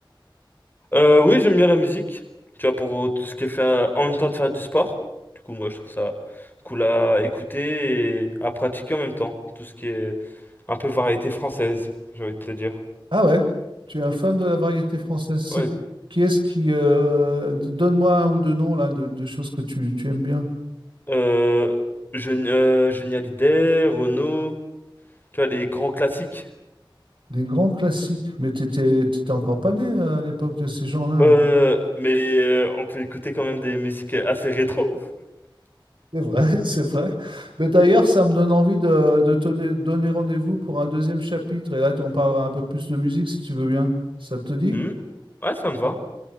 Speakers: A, on the left; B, on the right.
A: Euh, oui, j'aime bien la musique. Tu vois, pour euh, tout ce qui est faire... En même temps de faire du sport. Du coup, moi, je trouve ça cool à écouter et à pratiquer en même temps. Tout ce qui est Un peu variété française, j'ai envie de te dire.
B: Ah ouais, tu es un fan de la variété française. C'est
A: Ouais.
B: qui est-ce qui euh, d- donne-moi un ou deux noms là de, de choses que tu, tu aimes bien.
A: Euh, Jeune, euh, Johnny Hallyday, Renaud, tu vois, les grands classiques.
B: Des grands classiques. Mais t'étais t'étais encore pas né euh, à l'époque de ces gens-là.
A: Euh, mais euh, on peut écouter quand même des musiques assez rétro.
B: C'est vrai, <laughs> c'est vrai. Mais d'ailleurs, ça me donne envie de, de te donner, donner rendez-vous pour un deuxième chapitre. Et là, on parlera un peu plus de musique si tu veux bien. Ça te dit?
A: Hmm Ouais, ça me va.